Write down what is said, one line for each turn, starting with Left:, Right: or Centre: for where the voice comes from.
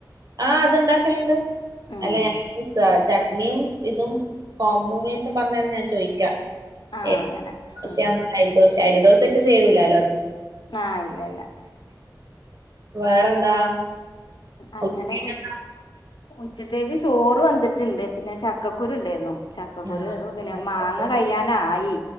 Right: ആഹ് അത് ഉണ്ടാക്കലുണ്ട്
Left: ഉം
Right: അല്ല ഞാനീ ചട്നിയും ഇതും കോമ്പോനേഷൻ പറഞ്ഞാല് ഞാൻ ചോദിക്കാ
Left: ആഹ്
Right: ഏ
Left: അങ്ങനെ
Right: പക്ഷെ
Left: ഉം
Right: അരിദോശ അരിദോശക്ക് ചേരൂലാലോ അതൊന്നും
Left: ആഹ് ഇല്ല ഇല്ല
Right: വേറെന്താ
Left: അങ്ങനെ
Right: ഉച്ചക്കേക്ക്
Left: ഉ ഉച്ചത്തേക്ക് ചോറ് വെന്തിട്ട്ണ്ട് പിന്നെ ചക്കക്കുരുണ്ടേര്ന്നു ചക്കക്കുരു
Right: ആഹ്
Left: പിന്നെ
Right: ചക്കക്കുരു
Left: മാങ്ങ കയ്യാനായി